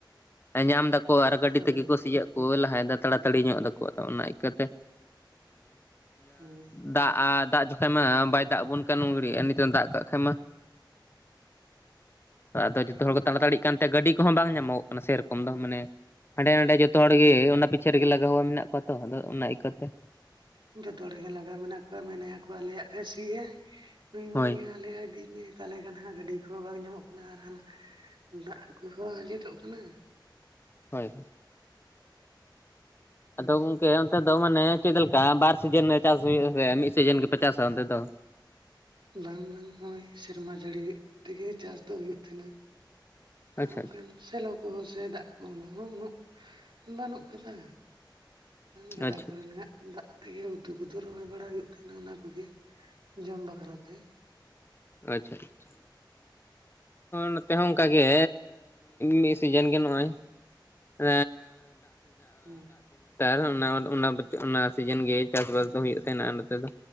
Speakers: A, on the left; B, on the right.
A: ᱧᱟᱢ ᱫᱟᱠᱚ ᱟᱨ ᱜᱟᱹᱰᱤ
B: ᱦᱳᱭ
A: ᱛᱮᱜᱮ ᱠᱚ ᱥᱤᱭᱳᱚᱜ ᱠᱚ ᱞᱟᱦᱟᱭᱮᱫᱟ ᱛᱟᱲᱟᱛᱟᱲᱤ ᱧᱚᱜ ᱫᱟᱠᱚ ᱟᱫᱚ ᱚᱱᱟ ᱤᱠᱟᱹᱛᱮ
B: ᱦᱳᱭ
A: ᱫᱟᱜ ᱟᱜ ᱫᱟᱜ ᱡᱚᱠᱷᱮᱡ ᱢᱟ ᱵᱟᱭ ᱫᱟᱜ ᱟᱵᱚᱱ ᱠᱟᱱ ᱩᱱᱜᱷᱟᱲᱤᱡ ᱟᱨ ᱱᱤᱛᱚᱜ ᱫᱟᱜ ᱠᱟᱜ ᱠᱷᱟᱱ ᱢᱟ
B: <inaudible>
A: ᱟᱫᱚ ᱡᱚᱛᱚ
B: ᱦᱳᱭ
A: ᱦᱚᱲ ᱠᱚ ᱛᱟᱲᱟᱛᱟᱲᱤᱜ ᱠᱟᱱᱛᱮ ᱜᱟᱹᱰᱤ ᱠᱚᱦᱚᱸ ᱵᱟᱝ ᱧᱟᱢᱚᱜ ᱠᱟᱱᱟ ᱥᱮᱨᱚᱠᱚᱢ ᱫᱚ ᱢᱟᱱᱮ ᱦᱟᱸᱰᱮ ᱱᱟᱰᱮ ᱡᱚᱛᱚ ᱡᱚᱛᱚ ᱦᱚᱲ
B: ᱦᱳᱭ
A: ᱜᱮ ᱚᱱᱟ ᱯᱤᱪᱷᱮ ᱨᱮᱜᱮ ᱞᱟᱜᱟᱣᱟ ᱢᱮᱱᱟᱜ ᱠᱚᱣᱟ ᱛᱚ ᱟᱫᱚ ᱚᱱᱟ ᱤᱠᱟᱹᱛᱮ᱾
B: ᱡᱚᱛᱚ ᱦᱚᱲ ᱜᱮ ᱞᱟᱜᱟᱣ ᱢᱮᱱᱟᱜ ᱠᱚᱣᱟ ᱢᱮᱱᱮᱜ-ᱟ ᱠᱚ ᱟᱞᱮᱭᱟᱜ ᱮ ᱥᱤ ᱮᱜᱟᱭ᱾ ᱱᱩᱭ ᱢᱮᱱᱮᱫ-ᱟ
A: ᱦᱳᱭ
B: ᱟᱞᱮᱭᱟᱜ ᱤᱫᱤᱭ ᱢᱮ ᱛᱟᱦᱚᱞᱮ ᱠᱷᱟᱱ ᱦᱟᱸᱜ ᱜᱟᱹᱰᱤ ᱠᱚᱦᱚᱸ ᱵᱟᱝ ᱧᱟᱢᱚᱜ ᱠᱟᱱᱟ ᱟᱨ ᱦᱟᱸᱜ ᱫᱟᱜ ᱠᱚᱦᱚᱸ ᱟᱸᱡᱮᱫᱚᱜ ᱠᱟᱱᱟ᱾
A: ᱦᱳᱭ
B: ᱦᱩᱸ
A: ᱟᱫᱚ ᱜᱚᱝᱠᱮ ᱚᱱᱛᱮ ᱫᱚ ᱢᱟᱱᱮ ᱪᱮᱫ ᱞᱮᱠᱟ ᱵᱟᱨ ᱥᱤᱡᱮᱱ ᱨᱮ ᱪᱟᱥ ᱦᱩᱭᱩᱜ-ᱟ ᱥᱮ ᱢᱤᱫ ᱥᱤᱡᱮᱱ ᱜᱮᱯᱮ ᱪᱟᱥ-ᱟ ᱚᱱᱛᱮ ᱫᱚ?
B: ᱵᱟᱝ ᱵᱟᱝ ᱱᱚᱜ-ᱚᱭ ᱥᱮᱨᱢᱟ ᱡᱟᱹᱲᱤ ᱛᱮᱜᱮ ᱪᱟᱥ ᱫᱚ ᱦᱩᱭᱩᱜ ᱛᱟᱦᱮᱱᱟ᱾ ᱟᱨ
A: ᱟᱪᱪᱷᱟ
B: ᱚᱱᱠᱟᱱ ᱥᱮᱞᱚ ᱠᱚᱦᱚᱸ ᱥᱮ ᱫᱟᱜ ᱠᱚᱦᱳ ᱩᱱᱟᱹᱜ ᱵᱟᱹᱱᱩᱜ ᱠᱟᱫᱟ᱾ ᱜᱟᱰᱟ
A: ᱟᱪᱪᱷᱟ
B: ᱠᱚᱨᱮᱱᱟᱜ
A: ᱟᱪᱪᱷᱟ
B: ᱫᱟᱜ ᱛᱮᱜᱮ ᱩᱛᱩ ᱠᱚᱫᱚ ᱨᱚᱦᱚᱭ ᱵᱟᱲᱟ ᱦᱩᱭᱩᱜ ᱛᱟᱦᱮᱱᱟ ᱚᱱᱟ ᱠᱚᱜᱮ ᱡᱚᱢ ᱵᱟᱠᱷᱨᱟ ᱛᱮ᱾
A: ᱟᱪᱪᱷᱟ ᱟᱪᱪᱷᱟ ᱱᱚᱛᱮ ᱦᱚᱸ ᱚᱱᱠᱟ ᱜᱮ ᱢᱤᱫ ᱥᱤᱡᱮᱱ ᱜᱮ ᱱᱚᱜᱼᱚᱭ <unintelligible> ᱛ
B: ᱦᱩᱸ
A: ᱚᱱᱟ ᱚᱱᱟ ᱥᱤᱡᱤᱱ ᱜᱮ ᱪᱟᱥᱵᱟᱥ ᱫᱚ ᱦᱩᱭᱩᱜ ᱛᱟᱦᱮᱱᱟ ᱱᱚᱛᱮ ᱫᱚ᱾